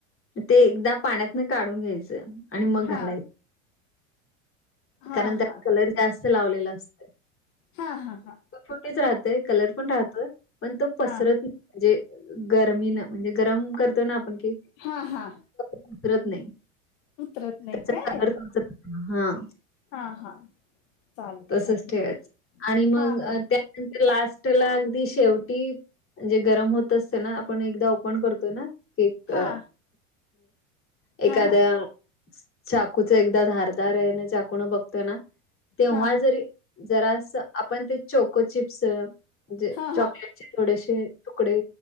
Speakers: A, on the left; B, on the left.
A: ते एकदा पाण्यातन काढून घ्यायचं आणि मग
B: हा
A: घालायचं
B: हा
A: कारण
B: हा
A: त्याला कलर जास्त लावलेला असतो
B: हा हा हा
A: छोटीच राहतेय कलर पण राहतोय पण तो पसरत
B: हा
A: नाही म्हणजे गरमी ना म्हणजे गरम करतोय ना आपण केक
B: हा हा
A: उसरत नाही
B: उतरत नाही
A: त्याचा
B: काय
A: कनर्थ उरत हा
B: हा हा चालेल
A: तसच
B: चालेल
A: ठेवायचं आणि मग
B: हा हा
A: त्यान लास्ट ला अगदी शेवटी म्हणजे गरम होत असते ना आपण एकदा ओपन करतोय ना कक
B: हा
A: एखाद्या
B: हा हा
A: चाकूच एकदा धारदार ए ना चाकू न बघतोय ना तेव्हा
B: हा
A: जरी जरासं आपण ते चोको चिप्स म्हणजे
B: हा
A: चॉकलेट
B: हा
A: चे थोडेसे तुकडे